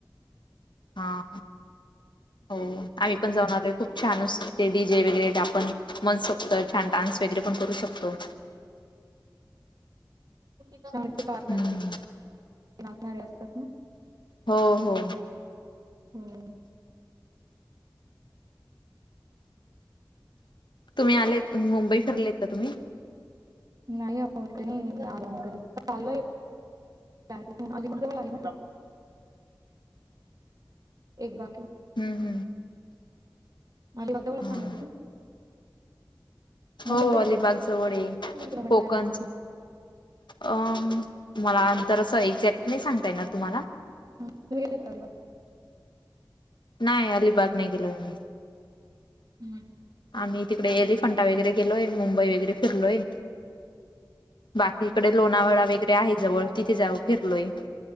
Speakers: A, on the left (about 75°); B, on the right (about 50°).
A: हा हो आम्ही पण जाऊन आलोय खूप छान असतते डी जे वगैरे आपण मनसोक्त छान डान्स वगैरे पण करू शकतो.
B: <inaudible> आणणारे
A: हम्म
B: ते नाचणारे असतात ना.
A: हो हो
B: हम्म
A: तुम्ही आलेत मुंबई फिरलेत का तुम्ही?
B: नाही हो नाही आराम कर आलोय. बँकेतून आली जवळ आली. एक बाकी
A: हम्म
B: <unintelligible>
A: हम्म
B: मुंबई
A: हो
B: पासून
A: अलिबाग जवळये.
B: किती किलोमीटर
A: कोकण
B: आहे अलिबाग
A: अं, मला अंतर असं एक्झॅक्ट नाही सांगता येणार तुम्हाला?
B: हम्म तुम्ही गेल्यात का अलिबागला?
A: नाही अलिबाग नाही गेलोय आम्ही.
B: हम्म.
A: आम्ही तिकडे एलिफंटा वगैरे गेलोय. मुंबई वगैरे फिरलोय. बाकी ईकडे लोणावळा वैगेरे आहे जवळ, तिथे जाऊ फिरलोय.